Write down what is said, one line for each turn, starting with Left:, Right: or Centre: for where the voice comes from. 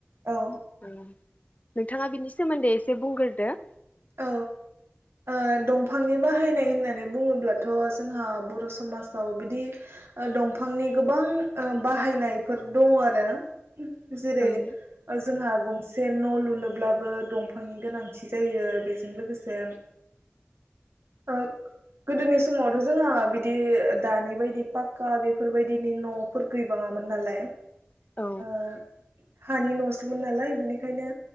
Right: औ
Left: औ नोंथाङा बिनि सोमोन्दै एसे बुंग्रोदो
Right: औ ओ दंफांनि बाहायनाय होननानै बुङोब्लाथ जोंहा बर समाजाव बिदि दंफांनि गोबां ओ बाहायनायफोर दङ आरो जेरै
Left: ओं
Right: जोंहा गंसे से न' लुनोब्लाबो दंफांनि गोनांथि जायो। बेजों लोगोसे ओ गोदोनि समावथ' जोंहा बिदि दानि बायदि पाक्का बेफोरबायदिनि न'फोर गैबाङामोन नालाय
Left: औ
Right: ओ हानि न'सोमोन नालाय बिनिखायनो